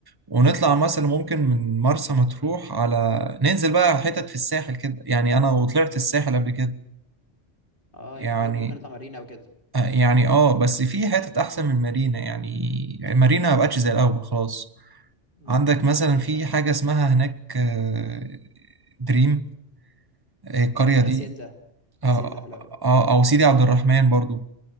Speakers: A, on the right; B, on the left.
A: ونطلع مثلا ممكن من مرسى مطروح على ننزل بقى حتت في الساحل كده يعني انا وطلعت الساحل قبل كده
B: اه
A: يعني
B: يعني قصدك ممكن نطلع مارينا او كده
A: آه، يعني اه بس في حتت احسن من مارينا يعني يعني مارينا ما بقتش زي الاول خلاص
B: امم
A: عندك مثلا في
B: فعلا
A: حاجه اسمها هناك آه، دريم آه، القريه
B: اه فيها
A: دي
B: هاسيندا
A: اه
B: هاسيندا حلوه
A: آه،
B: قوي
A: آه، او سيدي عبد الرحمن برضو